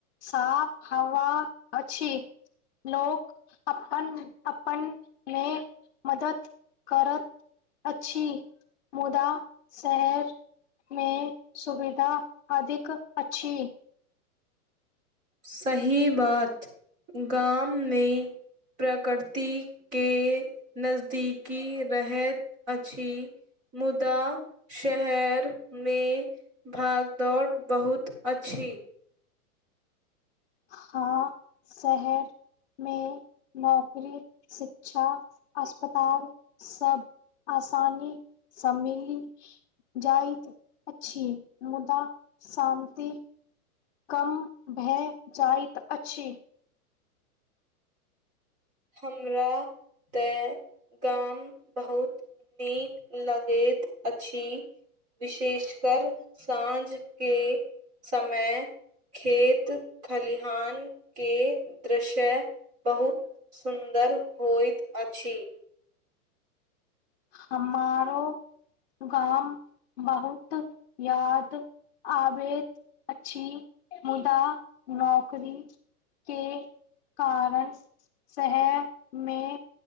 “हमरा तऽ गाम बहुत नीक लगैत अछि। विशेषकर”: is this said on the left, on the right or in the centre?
Right